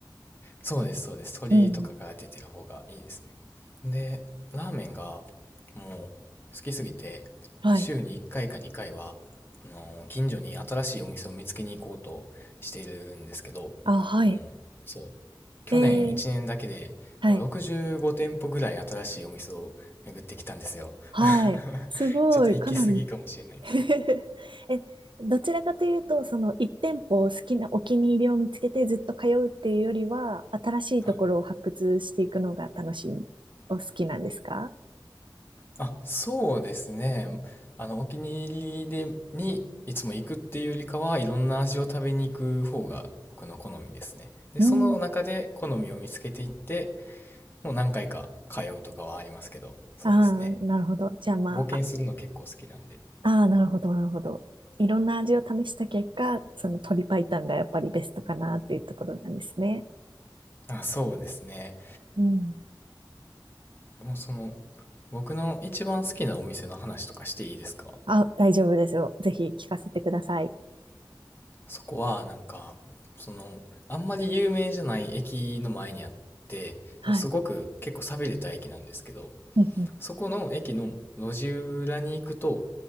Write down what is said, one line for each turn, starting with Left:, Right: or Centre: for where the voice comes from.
Left: そうです、そうです。鶏とかが出てる方がいいですね。
Right: うん。
Left: で、ラーメンがもう好きすぎて、
Right: はい。
Left: まあ、週に1回か2回は、あのー近所に新しいお店を見つけに行こうとしているんですけど、
Right: あ、はい。
Left: もう、そう。去年1年だけでもう65店舗ぐらい新しいお店を巡ってきたんですよ。
Right: えー、はい。はい。
Left: <laughs>
Right: すごい。
Left: ちょっと行き過ぎかもしれないですけど。
Right: かなり <laughs> え、どちらかというと、その一店舗を好きなお気に入りを見つけてずっと通うっていうよりは、新しいところを発掘していくのが楽しい、
Left: はい。
Right: お好きなんですか
Left: あ、そうですね。あの、お気に入りで、にいつも行くっていうよりかは、いろんな味を食べに行く方が僕の好みですね。で、
Right: うん。
Left: その中で好みを見つけていって、もう何回か通うとかはありますけど、そうですね。
Right: ああ、なるほど。じゃあまあ、
Left: 冒険するの結構好きなんで。
Right: ああー、なるほど、なるほど。いろんな味を試した結果、その鶏白湯がやっぱりベストかなっていうところなんですね。
Left: あ、そうですね。
Right: うん。
Left: もうその、僕の一番好きなお店の話とかしていいですか
Right: あ、大丈夫ですよ。ぜひ聞かせてください。
Left: そこは、なんか、その、あんまり有名じゃない駅の前にあって、
Right: はい。
Left: そのすごく結構寂れた駅なんですけど、
Right: うんうん。
Left: そこの駅の路地裏に行くと、